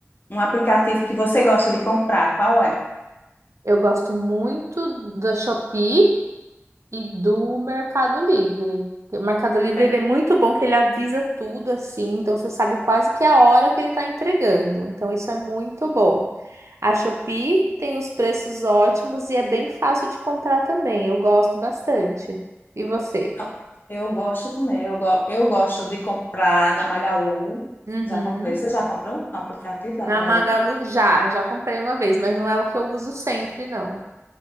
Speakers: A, on the left (about 45°); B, on the right (about 85°).
A: um aplicativo que você gosta de comprar? Qual é?
B: Eu gosto muito da Shopee e do Mercado Livre. O Mercado Livre
A: É,
B: ele é muito bom que ele avisa tudo assim, então você sabe quase que a hora que ele está entregando. Então isso é muito bom. A Shopee tem os preços ótimos e é bem fácil de comprar também. Eu gosto bastante. E você?
A: não, Eu gosto também. Eu, go- eu gosto de comprar na Magalu.
B: Uhum.
A: Já comprei. Você já comprou no aplicativo da
B: Na
A: Magalu?
B: Magalu já, já comprei uma vez, mas não é o que eu uso sempre, não.